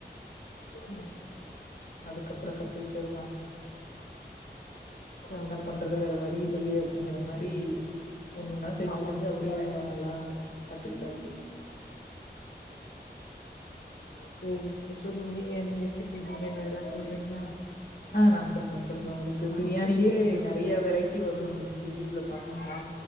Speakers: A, on the left; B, on the left.
A: உம்
B: அதுக்கப்பறோ கத்துக்கிட்டதுதா என்ன
A: ஓகே
B: பண்றது
A: சிஸ்டர்.
B: வேற வழி இல்லையே அப்டிங்கிற மாரி ஒண்ணுன்னா செஞ்சு
A: ஆமா
B: செஞ்சு
A: சிஸ்டர்.
B: அப்டியேனு நல்லா கத்துக்கிட்டாச்சு
A: சேரிங்க சிஸ்டர் சொல்லுங்க நீங்க என்ன எப்டி செய்வீங்கனு ஏதாது சொல்றீங்களா
B: ஆஹ் நா சொல்றே சொல்றே உங்களுக் கு
A: ஆ
B: பிரியாணிலேயே
A: ஓகே சிஸ்டர் சொல்லுங்க.
B: நெறையா வெரைட்டி வ சார் நம்மளுக்கு டியூப்ல பாத்தோம்னா
A: ம்,